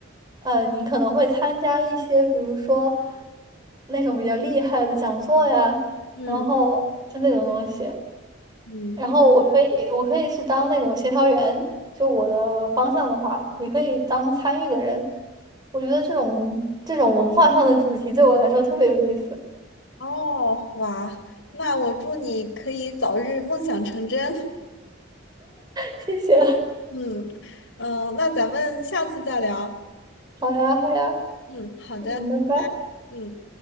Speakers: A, on the right; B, on the left.
A: 呃，你可能会参加一些，比如说那种比较厉害的讲座呀，
B: 嗯
A: 然后就那种东西。
B: 嗯。
A: 然后我可以，我可以是当那种协调员，就我的方向的话，也可以当参与的人。我觉得这种这种文化上的主题对我来说特别有意思。
B: 哦，哇，那我祝你可以早日梦想成真。<laughs>
A: <laughs> 谢谢。
B: 嗯嗯，呃那咱们下次再聊。
A: 好呀，好呀，
B: 嗯，好的。
A: 嗯，拜拜。
B: 嗯，